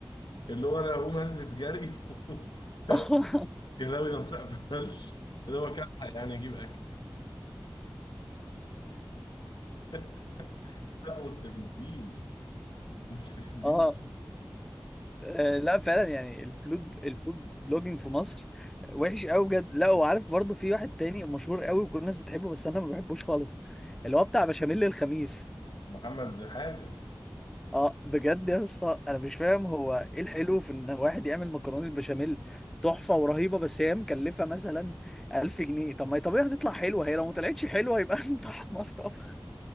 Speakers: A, on the left; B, in the centre.
A: اللي هو انا هقوم البس جري <laughs>
B: <laughs>
A: كلاوي ده ما تقبلش ده هو كان يعني اجيب اكل <laughs> لا مستفزين مستفزين
B: اه
A: بجد.
B: آه، لا فعلا يعني الفود الفود بلوجينج في مصر وحش قوي بجد لا وعارف برضو في واحد تاني مشهور قوي وكل الناس بتحبه بس انا ما بحبوش خالص اللي هو بتاع بشاميل الخميس
A: <laughs> محمد حازم
B: اه بجد يا اسطى انا مش فاهم هو ايه الحلو في ان واحد يعمل مكرونه بشاميل تحفه ورهيبه بس هي مكلفه مثلا 1000 جنيه طب ما هي طبيعي هتطلع حلوه هي لو ما طلعتش حلوه يبقى <laughs> انت حمار طبخ